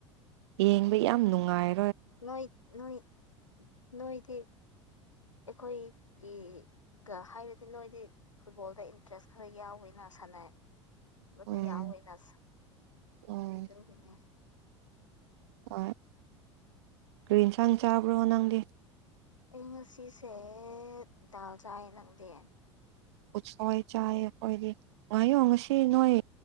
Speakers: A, on the right (about 60°); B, on the left (about 85°).
A: ꯌꯦꯡꯕ ꯌꯥꯝ ꯅꯨꯡꯉꯥꯏ
B: ꯅꯣꯏ ꯅꯣꯏ ꯅꯣꯏꯗꯤ ꯑꯩꯈꯣꯏꯒꯤ ꯒ ꯍꯥꯏꯔꯗꯤ ꯅꯣꯏꯗꯤ ꯐꯨꯠꯕꯣꯜꯗ ꯏꯟꯇꯔꯦꯁ ꯈꯔ ꯌꯥꯎꯋꯤꯅ ꯁꯥꯟꯅ ꯑꯗ
A: ꯎꯝ
B: ꯌꯥꯎꯋꯦꯅꯁ
A: ꯎꯝ
B: ꯑꯗꯨꯒꯤꯅꯦ
A: ꯑꯣꯏ ꯀꯔꯤ ꯌꯦꯟꯁꯥꯡ ꯆꯥꯕ꯭ꯔꯣ ꯅꯪꯗꯤ
B: ꯑꯩ ꯉꯁꯤꯁꯦ ꯗꯥꯜ ꯆꯥꯏꯌꯦ ꯅꯪꯗꯤ
A: ꯎꯠꯁꯣꯏ ꯆꯥꯏꯌꯦ ꯑꯩꯈꯣꯏꯗꯤ ꯉꯥꯏꯌꯣ ꯉꯁꯤ ꯅꯣꯏ